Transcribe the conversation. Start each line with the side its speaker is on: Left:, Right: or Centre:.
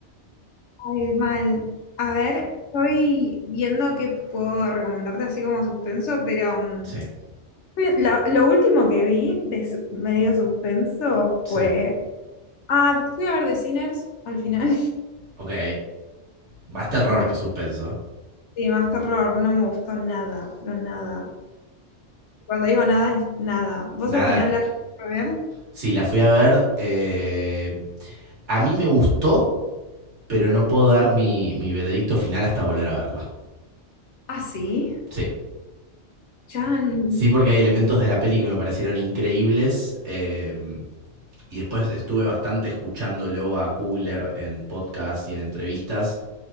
Left: Ay, mal. A ver, estoy viendo qué puedo recomendarte así como suspenso, pero mm,
Right: Sí,
Left: lo, lo último que vi de su- medio suspenso
Right: sí.
Left: fue... Ah, fui a ver The Sinners al final.
Right: Ok. Más terror
Left: <laughs> Mal.
Right: que suspenso.
Left: Sí, más terror, no me gustó nada, pero nada. Cuando digo nada, es nada. Vos
Right: Nada.
Left: al final la a ver.
Right: Sí, la fui a ver eh, a mí me gustó, pero no puedo dar mi, mi veredicto final hasta volver a verla.
Left: Ah, sí.
Right: Sí.
Left: Chan.
Right: Sí, porque hay elementos de la peli que me parecieron increíbles. eh, y después estuve bastante escuchándolo a Kugler en podcast y en entrevistas.